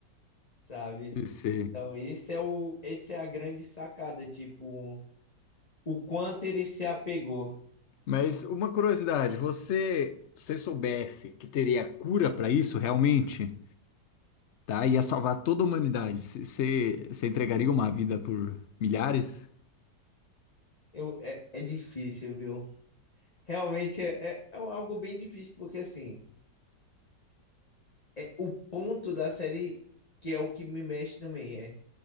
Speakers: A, on the left; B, on the left.
A: sabe?
B: eu sei.
A: Então, esse é o, esse é a grande sacada, tipo, o quanto ele se apegou.
B: Mas uma curiosidade, você, se você soubesse que teria cura para isso realmente, tá? Ia salvar toda a humanidade. C- Você, você entregaria uma vida por milhares?
A: Eu, é, é difícil, viu? Realmente é, é, é algo bem difícil, porque assim. é o ponto da série que é o que me mexe também, é